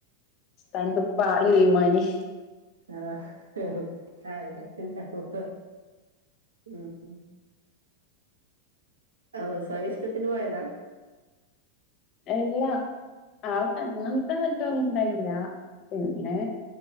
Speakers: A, on the left (about 35°); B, on the right (about 70°).
A: സ്ഥാനിക്ക ഇപ്പ ആൾ മാനി
B: ആഹ അ ഉം ഓ സ്വയം ഇഷ്ടത്തിന് പോയെന്നാ
A: എല്ലാ ആ സമക്ക നറ്റൊന്നും ഇണ്ടായില്ല പിന്നെ